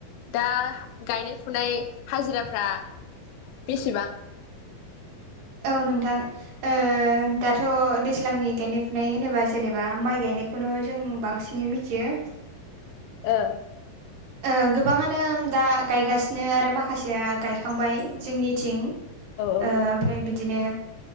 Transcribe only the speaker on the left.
दा गायनाय फुनाय हाजिराफ्रा बेसेबां?
ओ
औ